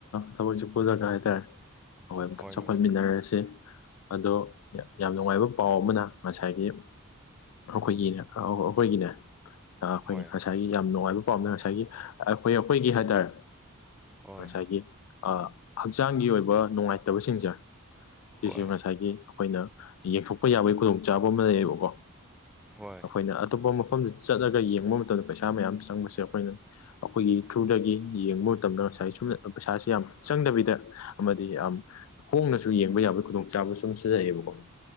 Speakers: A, on the left; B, in the centre.
A: ꯊꯕꯛꯁꯨ ꯄꯨꯂꯒ ꯍꯥꯏꯇꯥꯔꯦ ꯑꯩꯈꯣꯏ ꯑꯝꯇ
B: ꯍꯣꯏ ꯃꯔꯨꯞ
A: ꯆꯥꯎꯈꯠꯃꯤꯟꯅꯔꯁꯤ ꯑꯗꯣ ꯌꯥꯝ ꯅꯨꯡꯉꯥꯏꯕ ꯄꯥꯎ ꯑꯃꯅ ꯉꯁꯥꯏꯒꯤ ꯑꯩꯈꯣꯏꯒꯤꯅꯦ ꯑꯩꯈꯣꯏꯒꯤꯅꯦ ꯑꯩꯈꯣꯏꯅ
B: ꯍꯣꯏ
A: ꯉꯁꯥꯏꯒꯤ ꯌꯥꯝ ꯅꯨꯡꯉꯥꯏꯕ ꯄꯣꯝꯅ ꯉꯁꯥꯏꯒꯤ ꯑꯩꯈꯣꯏ ꯑꯩꯈꯣꯏꯒꯤ ꯍꯥꯏꯇꯥꯔꯦ
B: ꯍꯣꯏ
A: ꯉꯁꯥꯏꯒꯤ ꯑ ꯍꯛꯆꯥꯡꯒꯤ ꯑꯣꯏꯕ ꯅꯨꯡꯉꯥꯏꯇꯕꯁꯤꯡꯁꯦ ꯁꯤꯁꯨ
B: ꯍꯣꯏ
A: ꯉꯁꯥꯏꯒꯤ ꯑꯩꯈꯣꯏꯅ ꯌꯦꯡꯊꯣꯛꯄ ꯌꯥꯕꯒꯤ ꯈꯨꯗꯣꯡꯆꯥꯥꯕ ꯑꯃ ꯂꯩꯌꯦꯕꯀꯣ
B: ꯍꯣꯏ
A: ꯑꯩꯈꯣꯏꯅ ꯑꯇꯣꯞꯄ ꯃꯐꯝ ꯆꯠꯂꯒ ꯌꯦꯡꯕ ꯃꯇꯝꯗ ꯄꯩꯁꯥ ꯃꯌꯥꯝ ꯆꯪꯕꯁꯦ ꯑꯩꯈꯣꯏꯅ ꯑꯩꯈꯣꯏꯒꯤ ꯊ꯭ꯔꯨꯗꯒꯤ ꯌꯦꯡꯕꯨ ꯃꯇꯝꯗ ꯉꯁꯥꯏ ꯁꯨꯝ ꯄꯩꯁꯥꯁꯤ ꯌꯥꯝ ꯆꯪꯗꯕꯤꯗ ꯑꯃꯗꯤ ꯌꯥꯝ ꯍꯣꯡꯅꯁꯨ ꯌꯦꯡꯕ ꯌꯥꯕꯒꯤ ꯈꯨꯗꯣꯡꯆꯥꯥꯕꯁꯨ ꯑꯗꯨꯨꯝ ꯁꯤꯖꯩꯑꯌꯦꯕꯀꯣ